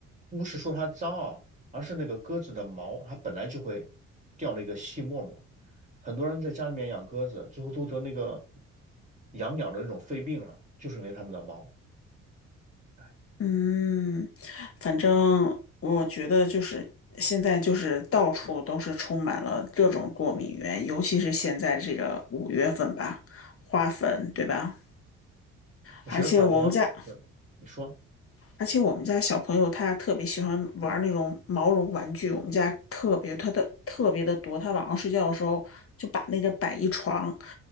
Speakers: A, on the right; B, on the left.
A: 不是说它脏啊，而是那个鸽子的毛，它本来就会掉了一个细沫沫。很多人在家里面养鸽子，最后都得那个养鸟的那种肺病了，就是因为它们的毛。哎，
B: 嗯，反正我觉得就是现在就是到处都是充满了各种过敏源，尤其是现在这个五月份吧，花粉，对吧？
A: 我觉得法国，
B: 而且我们家，
A: 对，你说。
B: 而且我们家小朋友他特别喜欢玩那种毛绒玩具，我们家特别他的特别的多，他晚上睡觉的时候就把那个摆一床，